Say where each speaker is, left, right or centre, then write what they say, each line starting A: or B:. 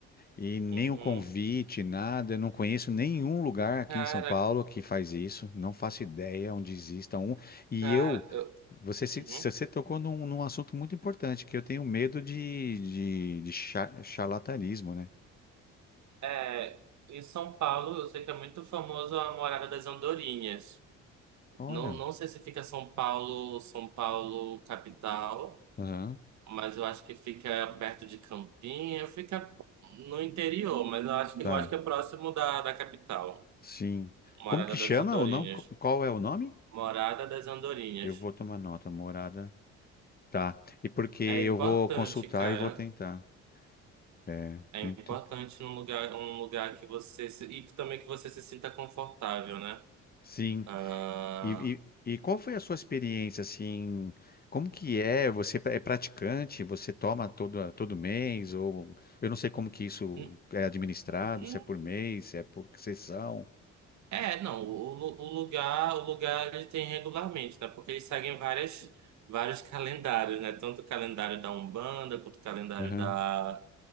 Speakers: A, on the left (about 30°); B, on the right (about 60°).
A: E nenhum
B: Uhum.
A: convite, nada. Eu não conheço nenhum lugar aqui
B: Cara,
A: em São Paulo que faz isso. Não faço ideia onde exista um. E
B: cara.
A: eu,
B: eu-
A: você, se-
B: uhum.
A: se- você tocou num, num assunto muito importante, que eu tenho medo de, de, de cha- charlatanismo, né?
B: É, em São Paulo, eu sei que é muito famoso a Morada das Andorinhas.
A: Olha.
B: Não, não sei se fica São Paulo, São Paulo capital,
A: Aham,
B: mas eu acho que fica perto de Campinha, fica no interior, mas eu acho que,
A: tá.
B: eu acho que é próximo da, da capital.
A: Sim.
B: Morada
A: Como que
B: das
A: chama
B: Andorinhas.
A: ou não? Qual é o nome?
B: Morada das Andorinhas.
A: Eu vou tomar nota, morada. Tá. E porque eu
B: É importante,
A: vou consultar
B: cara.
A: e vou tentar. É,
B: É
A: muito.
B: importante num lugar, um lugar que você se, e que também que você se sinta confortável, né?
A: Sim.
B: Ah,
A: E, e, e qual foi a sua experiência, assim, como que é? Você é praticante? Você toma todo, todo mês? Ou eu não sei como que isso
B: hum,
A: é administrado,
B: hum.
A: se é por mês, se é por sessão.
B: é, não, o, lu- o lugar, o lugar ele tem regularmente, né? Porque eles seguem várias, vários calendários, né? Tanto o calendário da Umbanda quanto o calendário
A: Aham,
B: da